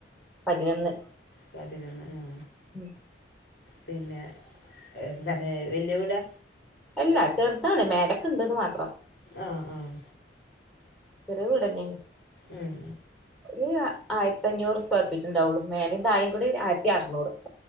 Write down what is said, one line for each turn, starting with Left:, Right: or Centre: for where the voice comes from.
Centre: പതിനൊന്ന്
Left: പതിനൊന്ന് ആ
Centre: ഉം
Left: പിന്നെ എന്താണ് വെല്യ വീടാ
Centre: അല്ല ചെർതാണ് മേലക്ക്ണ്ട്ന്ന് മാത്രം
Left: ആഹ് ആഹ്
Centre: ചെറിയ വീടന്നേണ്
Left: ഉം
Centre: ഒരു ആയിരത്തി അഞ്ഞൂറ് സ്ക്വയർ ഫീറ്റ്ണ്ടാവുള്ളൂ മേലേം താഴെ കൂടി ആയിരത്തി അറുന്നൂറ് <inaudible>